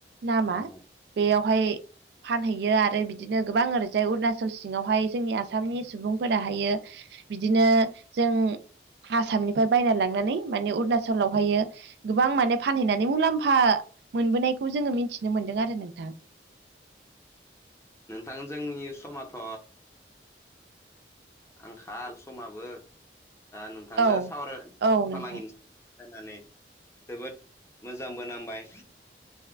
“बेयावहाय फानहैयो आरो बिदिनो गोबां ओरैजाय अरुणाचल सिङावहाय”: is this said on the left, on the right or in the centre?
Right